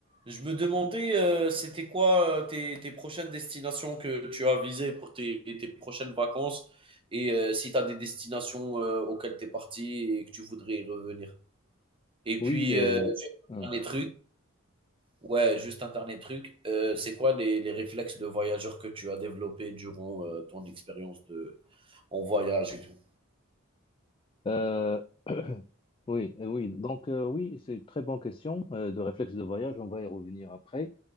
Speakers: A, on the right; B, on the left.
A: Je me demandais, euh, c'était quoi euh, tes, tes prochaines destinations que tu as visées pour tes, tes prochaines vacances et euh, si tu as des destinations euh, auxquelles tu es parti et que tu voudrais y revenir. Et
B: Oui,
A: puis,
B: euh,
A: euh, juste
B: hein.
A: un dernier truc, ouais, juste un dernier truc, euh, c'est quoi les, les réflexes de voyageur que tu as développés durant euh, ton expérience de, en voyage et tout?
B: Euh, oui, euh, oui. Donc euh, oui, c'est une très bonne question euh, de réflexe de voyage. On va y revenir après.